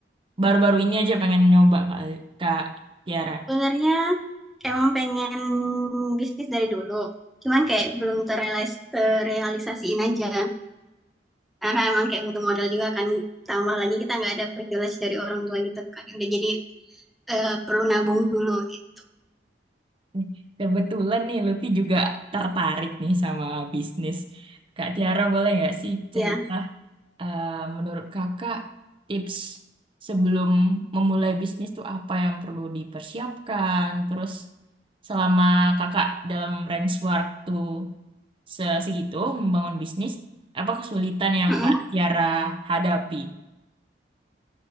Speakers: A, on the right; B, in the centre.
A: baru-baru ini aja pengen nyoba Kak, Kak Tiara?
B: Sebenarnya emang pengen bisnis dari dulu, cuman kayak belum terrealis terrealisasiin aja. Karena emang kayak butuh modal juga kan. Tambah lagi kita nggak ada privilege dari orang tua gitu kan. Udah jadi eh, perlu nabung dulu. gitu.
A: Nih, Kebetulan nih Lutfi juga tertarik nih sama bisnis. Kak Tiara boleh nggak sih cerita
B: Ya,
A: eh, menurut kakak tips sebelum memulai bisnis tuh apa yang perlu dipersiapkan? Terus selama kakak dalam range waktu se- segitu membangun bisnis, apa kesulitan yang
B: mm-mm.
A: Kak Tiara hadapi?